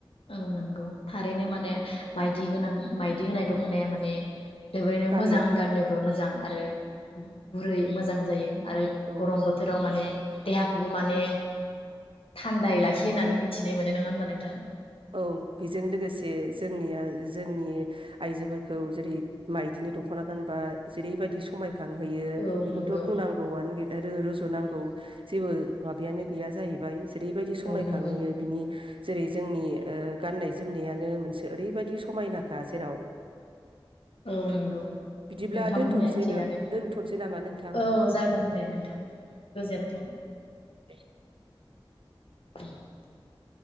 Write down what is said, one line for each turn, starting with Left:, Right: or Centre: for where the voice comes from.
Left: औ नंगौ थारैनो माने माइदि गोनां माइदि होनाय दखनाया माने जोबोरैनो
Right: गाननो
Left: मोजां गाननोबो मोजां आरो गुरै मोजां जायो आरो
Right: औ
Left: गरम बोथोराव माने देहाखौबो माने थान्दायै लाखियो होननानै मिथिनाय मोनो नङा होमबा नोंथां
Right: औ बेजों लोगोसे जोंनिया जोंनि आइजोफोरखौ जेरै माइदिनि दखना गानबा जेरैबायदि समाय खां होयो
Left: औ
Right: बेखौथ
Left: नंगौ
Right: बुंनांगौआनो गै आरो रुजुनांगौ जेबो माबायानो गैया जाहैबाय जेरैबायदि समायखांहोयो
Left: औ नंगौ
Right: बिनि जेरै जोंनि ओ गाननाय जोमनायानो मोनसे ओरैबादि समायनाखा जेराव
Left: औ नंगौ
Right: बिदिब्ला
Left: नोंथां
Right: दोनथ'सैनो
Left: बुंनाया थिगानोे
Right: दोनथ'सै नामा नोंथां?
Left: औ जागोन दे नोंथां गोजोनथों
Right: दे
Left: <inaudible>